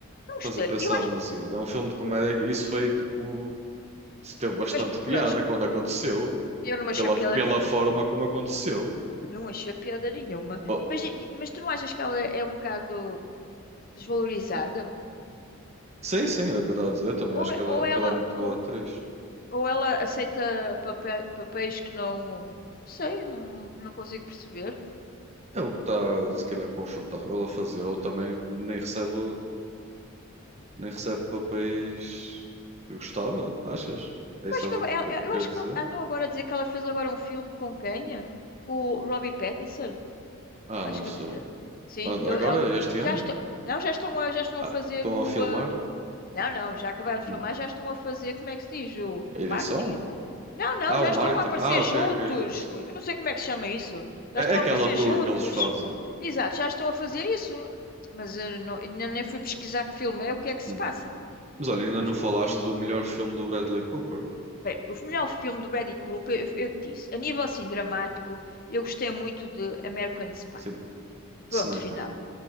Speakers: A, on the left (about 40°); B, on the right (about 30°).
A: não
B: estás
A: gostei.
B: a pensar
A: Eu acho,
B: demasiado. É um filme de comédia
A: pronto.
B: e isso foi, tipo... Isso teve bastante
A: mas pronto,
B: piada quando aconteceu.
A: eu não achei
B: Pela,
A: piada
B: pela
A: nenhuma.
B: forma como aconteceu.
A: Não achei piada nenhuma.
B: Oh,
A: Mas, mas tu não achas que ela é é um bocado desvalorizada?
B: sim, sim, é o que eu estava a dizer. Eu também
A: Ou,
B: acho que ela,
A: ou ela,
B: que ela é muito
A: ou,
B: boa atriz.
A: Ou ela aceita papé- papéis que não. Sei, não, não, não consigo perceber.
B: É o que está, se calhar, confortável a fazer. Ou também nem recebe, nem recebe papéis que gostava, achas? É
A: Eu
B: isso
A: acho
B: que
A: que agora, ela-
B: estás
A: eu
B: a querer
A: acho
B: dizer?
A: que andam agora a dizer que ela fez agora um filme com quem? é? O Robbie Pattinson.
B: Ah,
A: Acho
B: não
A: que.
B: sei.
A: Sim,
B: Mas Agora,
A: eu- ela,
B: este
A: já
B: ano?
A: estão. Não, já estão, a, já estão
B: Ah,
A: a fazer
B: estão
A: o.
B: a filmar?
A: ah, Não, não, já acabaram de
B: Hum.
A: filmar, já estão a fazer, como é que se diz? O
B: A edição?
A: marketing. Não, não,
B: Ah,
A: já
B: o marketing.
A: estão a aparecer
B: Ah, ok,
A: juntos.
B: ok, já percebi.
A: Eu não sei como é que se chama isso. Já
B: É,
A: estão
B: é aquela
A: a aparecer
B: tour
A: juntos.
B: que eles fazem.
A: Exato, já estão a fazer isso. Mas eu não- ainda nem fui pesquisar que filme é, o que é que se
B: Hum.
A: passa.
B: Mas olha, ainda
A: Mas,
B: não falaste do melhor filme do Bradley Cooper?
A: pera, o melhor filme do Brady Cooper, eu, eu te disse, a nível assim dramático, eu gostei muito de American Spy.
B: Sim, Sniper.
A: Pronto, final.